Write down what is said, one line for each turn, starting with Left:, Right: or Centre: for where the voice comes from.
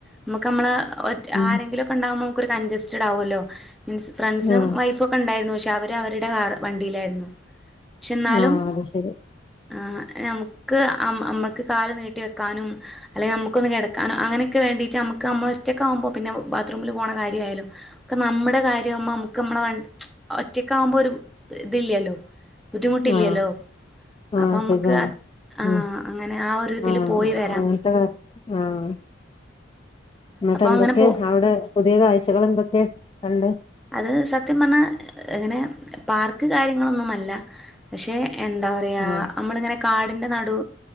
Centre: നമ്മക്ക്‌ നമ്മളെ ഒറ്റ്
Left: ഉം
Centre: ആരെങ്കിലൊക്കെ ഇണ്ടാമു ഒരു കൺചസ്റ്റഡ് ആവൊല്ലോ മീൻസ് ഫ്രണ്ട്സും
Left: ആഹ്
Centre: വൈഫും ഒക്കെ ഉണ്ടായിരുന്നു പ ക്ഷെ അവര് അവരുടെ കാർ വണ്ടിയിലായിരുന്നു പക്ഷെ എന്നാലും
Left: ആഹ് അത് ശരി
Centre: ആഹ് നമുക്ക് അമ്മ അമ്മക്ക് കാല് നീട്ടി വെ ക്കാനും അല്ലങ്കി നമുക്കൊന്ന് കെടക്ക്‌ ക്കാനും അങ്ങനൊക്കെ വേണ്ടീട്ട് നമക്ക് നമ്മള് ഒറ്റക്കാവുമ്പോ പിന്ന ബാത്റൂമില് പോണ കാര്യ ആയാലും ഒക്കെ നമ്മടെ കാര്യാവ്മ്പം നമുക്ക് നമ്മളെ വണ്ടി ച്ച് ഒറ്റക്കാവുമ്പോ ഒരു ഇതില്ലല്ലോ. ബുദ്ധിമുട്ടില്ല്യല്ലോ
Left: ആഹ് ആഹ്
Centre: അപ്പൊമ്മക്ക്
Left: സുഖാണ്
Centre: ആഹ്
Left: ഉം
Centre: അങ്ങനെ ആ ഒരു ഇതില്
Left: ആഹ്
Centre: പോയി വരാം
Left: അങ്ങനത്തെ ആഹ് എന്നിട്ട്
Centre: അപ്പോൾ
Left: എന്തൊക്കെ
Centre: അങ്ങനെ പോ
Left: അവിടെ പുതിയ കാഴ്ചകൾ എന്തൊക്കെ കണ്ട്
Centre: അത് സത്യം പറഞ്ഞാ എങ്ങനെ പാർക്ക് കാര്യങ്ങളൊന്നുമല്ല പക്ഷെ എന്താ പറയാ
Left: ആഹ്
Centre: നമ്മള് ഇങ്ങനെ കാടിൻ്റെ നടു